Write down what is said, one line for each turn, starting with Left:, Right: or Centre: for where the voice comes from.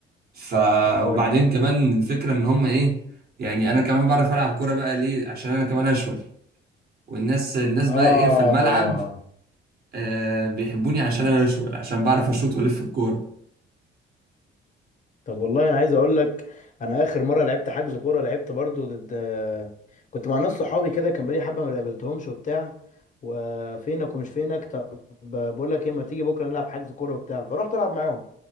Right: ف
Left: طب كويس
Right: وبعدين كمان الفكره ان هم ايه يعني انا كمان بعرف العب كوره بقى ليه عشان انا كمان اشول والناس الناس
Left: اه
Right: بقى ايه في الملعب آه بيحبوني عشان انا اشول عشان بعرف اشوط والف الكوره
Left: طب والله انا عايز اقول لك انا اخر مره لعبت حجز كوره لعبت برضو ضد كنت مع ناس صحابي كده كان بقالي حبه ما قابلتهمش وبتاع وفينك ومش فينك طب بقول لك ايه ما تيجي بكره نلعب حجز كوره وبتاع فرحت العب معاهم